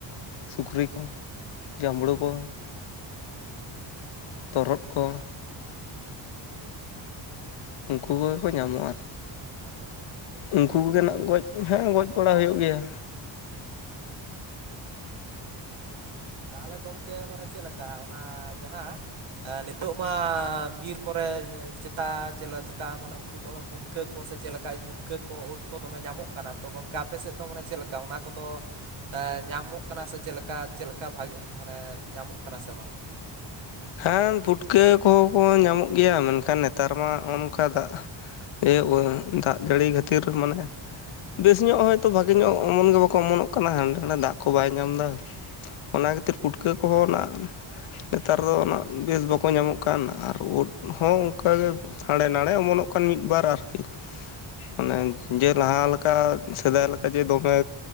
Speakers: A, on the left; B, on the right.
A: ᱥᱩᱠᱨᱤ ᱠᱚ ᱡᱟᱢᱲᱳ ᱠᱚ, ᱛᱚᱨᱦᱚᱫ ᱠᱚ ᱩᱝᱠᱩ ᱠᱚᱜᱮ ᱠᱚ ᱧᱟᱢᱚᱜᱼᱟ ᱟᱨᱠᱤ᱾
B: ᱟᱫᱚ
A: ᱩᱝᱠᱩ ᱠᱚᱜᱮ ᱱᱟᱜ ᱜᱚᱡ ᱦᱮᱸ ᱜᱚᱡ
B: ᱟᱫᱚ
A: ᱵᱟᱲᱟ
B: ᱛᱟᱦᱚᱞᱮ
A: ᱦᱩᱭᱩᱜ ᱜᱮᱭᱟ,
B: ᱛᱟᱦᱚᱞᱮ ᱜᱚᱢᱠᱮ ᱢᱟᱱᱮ ᱪᱮᱫ ᱞᱮᱠᱟ ᱚᱱᱟ ᱡᱟᱦᱟᱸ ᱮ ᱱᱤᱛᱚᱜ ᱢᱟ ᱵᱤᱨ ᱠᱚᱨᱮ ᱪᱮᱛᱟ ᱪᱮᱫ ᱞᱮᱠᱟ ᱢᱟᱱᱮ ᱩᱝᱠᱩ ᱫᱚᱢᱮ ᱯᱩᱴ ᱠᱟᱹ ᱠᱚ ᱥᱮ ᱪᱮᱫ ᱞᱮᱠᱟᱭ ᱯᱩᱴᱠᱟᱹ ᱠᱚ ᱳᱫᱽ ᱠᱚ ᱫᱚᱢᱮ ᱧᱟᱢᱚᱜ ᱠᱟᱱᱟ ᱛᱚ ᱜᱚᱢᱠᱮ ᱟᱯᱮ ᱥᱮᱫ ᱫᱚ ᱢᱟᱱᱮ ᱪᱮᱫ ᱞᱮᱠᱟ ᱚᱱᱟ ᱠᱚᱫᱚ ᱮ ᱧᱟᱢᱚᱜ ᱠᱟᱱᱟ ᱥᱮ ᱪᱮᱫᱠᱟ ᱪᱮᱫ ᱞᱮᱠᱟ ᱵᱷᱟᱜᱮ ᱢᱟᱱᱮ ᱧᱟᱢᱚᱜ ᱠᱟᱱᱟ ᱥᱮ ᱵᱟᱝ?
A: ᱦᱮᱸ ᱯᱩᱴᱠᱟᱹ ᱠᱚᱦᱚᱸ ᱠᱚ ᱧᱟᱢᱚᱜ ᱜᱮᱭᱟ ᱢᱮᱱᱠᱷᱟᱱ ᱱᱮᱛᱟᱨ ᱢᱟᱜ ᱱᱚᱸᱜ ᱚᱝᱠᱟ ᱫᱟᱜ ᱮ ᱳᱭ ᱫᱟᱜ ᱡᱟᱹᱲᱤ ᱠᱷᱟᱹᱛᱤᱨ ᱢᱟᱱᱮ ᱵᱮᱥ ᱧᱚᱜ ᱦᱚᱭᱛᱳ ᱵᱷᱟᱜᱮ ᱧᱚᱜ ᱚᱢᱚᱱ ᱜᱮ ᱵᱟᱠᱚ ᱚᱢᱚᱱᱚᱜ ᱠᱟᱱᱟ ᱦᱟᱸᱰᱮ ᱱᱟᱰᱮ ᱫᱟᱜ ᱠᱚ ᱵᱟᱭ ᱧᱟᱢ ᱫᱟ, ᱚᱱᱟ ᱠᱷᱟᱹᱛᱤᱨ ᱯᱩᱴᱠᱟᱹ ᱠᱚᱦᱚᱸ ᱱᱟᱸᱜ ᱨᱚ ᱩᱱᱟᱜ ᱵᱮᱥ ᱵᱟᱠᱚ ᱧᱟᱢᱚᱜ ᱠᱟᱱ ᱟᱨ ᱩᱫᱽ ᱦᱚᱸ ᱚᱱᱠᱟᱜᱮ ᱦᱟᱸᱲᱮ ᱱᱟᱲᱮ ᱚᱢᱚᱱᱚᱜ ᱠᱟᱱ ᱢᱤᱫ ᱵᱟᱨ ᱟᱨᱠᱤ ᱢᱟᱱᱮ ᱡᱮ ᱞᱟᱦᱟ ᱞᱮᱠᱟ ᱥᱮᱫᱟᱭ ᱞᱮᱠᱟ ᱡᱮ ᱫᱚᱢᱮ